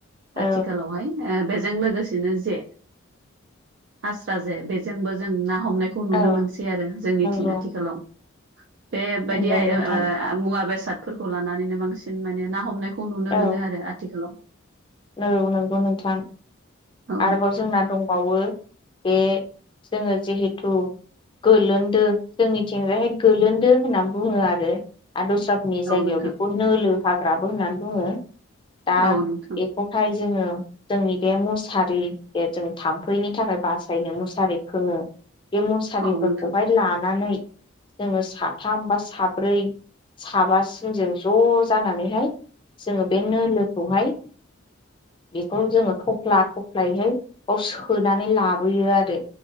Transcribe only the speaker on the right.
आथिखालाव हाय ओ बे जों लोगोसेनो जे आस्रा जे बेजेंबो जों ना हमनायखौ नुनो
मोनसै आरो जोंनिथिं
आथिखालाव। बे बायदि
आइ
ओ मुवा बेसाद फोरखौ लानानैनो बांसिन माने ना हमनायखौ खौ नुनो
मोनो आरो आथिखालाव।
औ
नोंथां
औ नोंथां।
औ
नोंथां